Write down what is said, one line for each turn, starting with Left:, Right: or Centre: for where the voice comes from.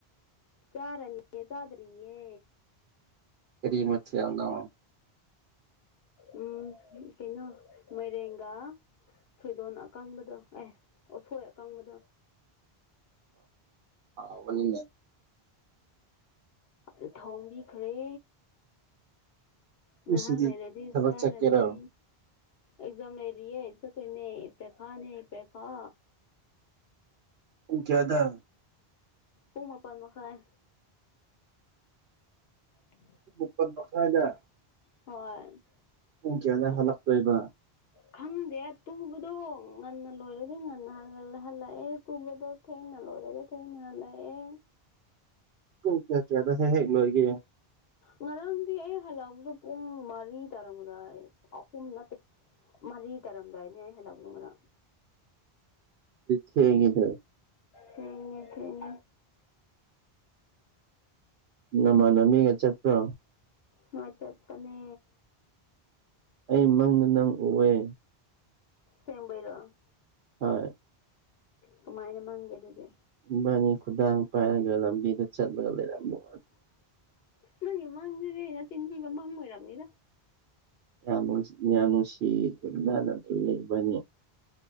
Left: ꯆꯥꯔꯅꯤ ꯆꯥꯗꯔꯤꯌꯦ
Right: ꯀꯔꯤ ꯃꯁ ꯌꯥꯎꯅ
Left: ꯎꯝ ꯀꯩꯅꯣ ꯃꯔꯒꯥ ꯁꯣꯏꯗꯣꯟ ꯑꯀꯪꯕꯗ ꯑꯦ ꯑꯁꯣꯏ ꯑꯀꯪꯕꯗ
Right: ꯑꯣꯅꯤꯅꯦꯦ
Left: ꯑ ꯊꯣꯡꯕꯤꯈ꯭ꯔꯦ ꯉꯍꯥꯛ
Right: ꯉꯁꯤꯗꯤ
Left: ꯂꯩꯔꯗꯤ
Right: ꯊꯕꯛ
Left: ꯆꯥꯔꯅꯤ
Right: ꯆꯠꯀꯦꯔꯣ
Left: ꯑꯦꯛꯖꯝꯅꯔꯤ ꯍꯥꯏ ꯇꯣꯏ ꯅ ꯄꯦ ꯈ ꯅꯄꯦ ꯈ
Right: ꯎ ꯀꯗ
Left: ꯄꯨꯡ ꯃꯥꯄꯜ ꯃꯈꯥꯏ ꯎꯝ
Right: ꯃꯥꯄꯜ ꯃꯈꯥꯏꯅ
Left: ꯍꯣꯏ
Right: ꯎꯨꯡ ꯀꯌꯥꯂ ꯍꯜꯂꯛꯛꯇ ꯇꯣꯏꯕ
Left: ꯈꯪꯗꯦ ꯇꯨꯕꯗꯣ ꯉꯟꯅ ꯂꯣꯏꯔꯗꯤ ꯉꯟꯅ ꯍꯜꯂꯛꯑꯦ ꯇꯨꯕꯗꯣ ꯇꯦꯡꯅ ꯂꯣꯔꯦꯗꯦ ꯇꯦꯡꯗ ꯑꯦ
Right: ꯀꯣꯏꯀꯤꯦꯌꯥꯀꯦꯗ ꯍꯦ ꯍꯦꯂꯣ ꯑꯩꯒꯤꯦ
Left: ꯉꯔꯥꯡꯗꯤ ꯑꯩ ꯍꯜꯂꯛꯑꯕꯗ ꯄꯨꯡ ꯃꯔꯤ ꯇꯥꯔꯛꯗꯥꯏ ꯑꯍꯨꯝ ꯅꯠꯇꯦ ꯃꯔꯤ ꯇꯥꯔꯝꯗꯥꯏꯅꯦ ꯑꯩ ꯍꯜꯂꯛꯗꯒꯅ
Right: ꯊꯦꯡꯉ ꯊꯔ
Left: ꯊꯦꯡ ꯊꯦꯡ
Right: ꯅꯃꯥꯟꯅ ꯃꯤꯒ ꯆꯠꯇ꯭ꯔꯣ
Left: ꯃꯣꯏ ꯆꯠꯄꯅꯦ
Right: ꯑꯩ ꯃꯪꯗ ꯅꯪ ꯎꯑꯦ
Left: ꯁꯦꯝꯕꯔꯔꯣ
Right: ꯍ
Left: ꯀꯃꯥꯏꯅ ꯃꯪꯒꯦ ꯑꯗꯨꯗꯤ
Right: ꯕꯥꯅꯤ ꯈꯨꯗꯥꯥꯡ ꯄꯥꯏꯔꯒ ꯂꯝꯕꯤꯗ ꯆꯠꯂꯒ ꯂꯩꯔꯃ
Left: ꯂꯩ ꯃꯪꯗꯗꯦ ꯑꯩꯅ ꯆꯤꯟꯊꯤꯕ ꯃꯪ ꯑꯣꯏꯔꯕꯅꯤꯗ
Right: ꯌꯥꯝ ꯌꯥꯝ ꯅꯨꯡꯁꯤꯅꯅ ꯂꯩꯕꯅꯤ